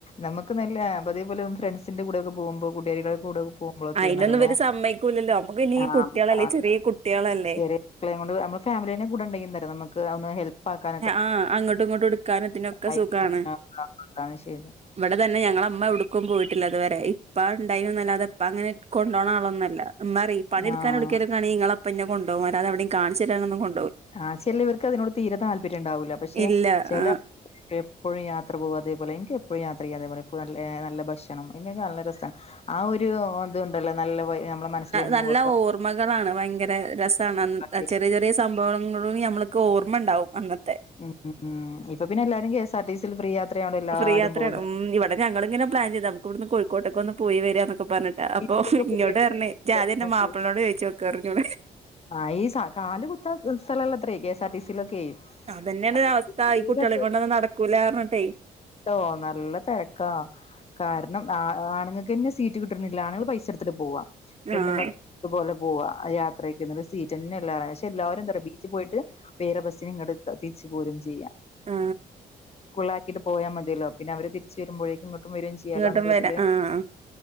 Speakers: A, on the left; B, on the right.
A: നമുക്ക് നല്ല അതേപോലെ ഫ്രണ്ട്സിന്റെ കൂടെക്കെ- പോകുമ്പോൾ കുട്ടികാരികളെ കൂടെ പോകുമ്പോഴൊക്കെ
B: അയിനൊന്നും
A: നല്ല
B: ഇവര് സമ്മയ്ക്കൂലല്ലോ നമ്മുക്ക് ഇനി ഈ
A: ആണ്
B: കുട്ട്യാളല്ലേ ചെറിയ കുട്ട്യാളല്ലേ
A: ചെറിയമക്കളെയും കൊണ്ട് നമ്മളെ ഫാമിലിനേയും കൂടെണ്ടെങ്കിലെന്താറിയോ നമുക്ക് ഒന്ന് ഹെൽപ്പാക്കാൻ
B: ആ അങ്ങോട്ടും ഇങ്ങോട്ടും എടുക്കാനുംതിനൊക്കെ
A: ആ,
B: സുഖാണ്
A: അതാണ് ശരി
B: ഇവിടെ തന്നെ ഞങ്ങളെമ്മ എവുട് പോയിട്ടില്ല ഇതുവരെ ഇപ്പ ഉണ്ടായിനുന്നല്ലാതെ ഇപ്പ അങ്ങനെ കൊണ്ടൊണാളോന്നും അല്ല ഉമ്മ പറിയും പണി എടുക്കാനോ
A: ആഹ്
B: എവ്ടുക്കൊലാണെങ്കി ഇങ്ങളോപ്പന്നെ കൊണ്ടോവും അല്ലാതെ എവിടെയും കാണിചേരാനൊന്നും കോ
A: ആശയല്ല ഇർക്ക് അതിനോട് തീരെ താല്പര്യ ഉണ്ടാവൂല്ല പക്ഷെ
B: ഇല്ല
A: ചിലഎപ്പോഴും
B: ആഹ്
A: യാത്ര പോകും അതേപോലെ- എനിക്ക് എപ്പോഴും യാത്ര ചെയ്യ അതേപോലെ നല്ല ഭക്ഷണം ഇങ്ങനെക്കെ നല്ല രസാണ് ആ ഒരുത്ണ്ടല്ലോ നല്ല വൈ നമ്മളെ മനസ്സിൽ എന്നും
B: നല്ല
A: ഓർക്കാൻ
B: ഓർമ്മകളാണ് ഭയങ്കര രസാണ്
A: പറ്റുന്ന ഒരു-
B: ചെറിയ ചെറിയ സംഭവങ്ങൾ നമ്മ ഓർമ്മയുണ്ടാവും അതാ
A: ഉം ഉം ഇപ്പൊ പിന്നെ എല്ലാരും കെ എസ് ആർ ടി സിൽ ഫ്രീ യാത്രയായോണ്ട് എല്ലാരും
B: ഫ്രീ യാത്രാണ്
A: പോകുന്നുണ്ട്
B: ഉം ഇവിടെഞങ്ങളിങ്ങനെ പ്ലാൻ ചെയ്ത് നമ്മക്കിവടുന്ന് കോഴിക്കോട്ടേക്കൊന്ന് പോയി വരിയാന്നൊക്കെ പറഞ്ഞിട്ട അപ്പൊ
A: ബീച്ചിലൊക്കെ
B: ഇന്നോട്
A: പോയിട്ട്
B: പറഞ്ഞ് ഇജാതിയന്റെ മാപ്പിളിനോട് ചോയിചോക്ക് പറഞ്ഞു
A: ആ ഈ കാല് കുത്തൻ സ്ഥലല്ലത്രേ കെഎസ് ആർ ടി സിയിലൊക്കെ
B: അതന്നെയാണ്
A: നല്ല
B: അവസ്ഥ ഈ കുട്യാളെ കൊണ്ടോന്നും നടക്കൂല പറഞ്ഞിട്ടെ
A: ഓ നല്ല തിരക്കാ കാരണം അ ആണുങ്ങൾക്ക് തന്നെ സീറ്റ് കിട്ടുണില്ല ആണുങ്ങൾ പൈസ എടുത്തിട്ട് പോവാ പെണ്ണുങ്ങൾ
B: ആഹ്
A: അതുപോലെ പോവാ യാത്രക്കുന്നത് സീറ്റേന്നെല്ല പക്ഷെ എല്ലാരും എന്താറിയോ ബീച്ചിൽ പോയിട്ട് വേറെ ബസ്സിന് ഇങ്ങട് ക്ക തിരിച്ചു പോരും ചെയ്യാ
B: ആ
A: സ്കുളാക്കിട്ട് പോയാ മതിയല്ലോ പിന്നെ അവര് തിരിച്ചു വരുമ്പോഴേക്കും ഇങ്ങോട്ടും വരയും ചെയ്യാലാ
B: ഇങ്ങോട്ടും
A: എന്നുള്ളതില്
B: വരാ ആഹ്